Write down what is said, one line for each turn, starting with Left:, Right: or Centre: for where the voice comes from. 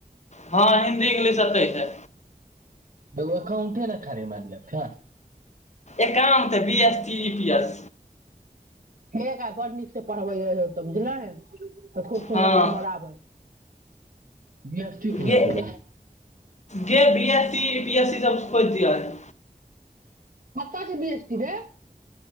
Left: हँ हिन्दी इंग्लिश एतै छै
Right: बग अखा ऊठे न खरी मारियाथ
Left: एकामे तै B S T E P S
Right: एक आ बड़ नीक से पढ़बै यौ तऽ बुझले तऽ खूब सुन्दर
Left: हँ
Right: नम्बर आबै न ठीक ह
Left: गे
Right: छल
Left: गे B S C A P S C जब खोज द है
Right: बतास बी एसट दे